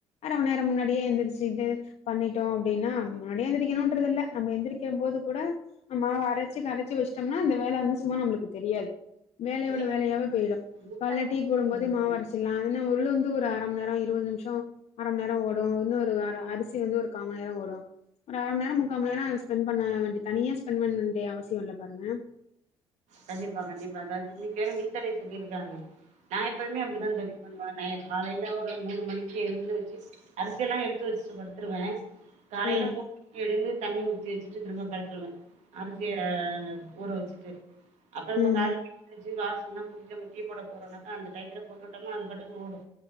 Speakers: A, on the left; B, on the right.
A: அர மண் நேரோ முன்னாடியே எந்திருச்சுட்டு பண்ணிட்டோ அப்டினா மதியோ எந்திரிக்கணுன்றது இல்ல நம்ம எந்திரிக்க போது கூட மாவரச்சு கரச்சு வச்சுட்டோம்னா அந்த வேல வந்து சும்மா நம்மளுக்கு தெரியாது வேலையோட
B: இன்னைக்கு
A: வேலையாவே போய்டு
B: முட்ட
A: காலேல
B: ரைஸ்
A: டீ
B: செஞ்சிருக்காங்க.
A: போடும் போதே மாவரச்சர்லா இல்லேனா உளுந்து ஒரு அர மண் நேரோ இருவது நிமிஷோ அர மண் நேரோ ஓடு இன்னு ஒரு அர அரிசி வந்து ஒரு கா மண் நேரோ ஓடு ஒரு அர மண் நேரோ முக்கா மண் நேரோ ஸ்பெண்ட் பண்ண வேண்டி தனியா ஸ்பெண்ட் பண்ண வேண்டிய அவசியோ இல்ல பாருங்க
B: கண்டிப்பா கண்டிப்பா அதாவது இன்னக்கு வேற மின்தடை சொல்லிருக்காங்க நா எப்பய்வுமே அப்டிதா தோழி பண்ணுவே நா எ காலேல ஒரு மூணு மணிக்கு எந்துருச்சு அரிசியல்லா எடுத்து வச்சுட்டு படுத்துருவே காலேல
A: ம்
B: மூனு எழுந்து தண்ணி ஊத்தி வச்சுட்டு திரும்ப பருத்துருவே அரிசிய ஊற வச்சுட்டு அப்ப நம்ம
A: ம்
B: கால <inaudible> செஞ்சு வாசல்லா கூட்டிட்டு நம்ம டீ போட போறோன்னாக்கா அந்த டைத்துல போட்டுட்டம்னா அது பாட்டக்கு ஓடு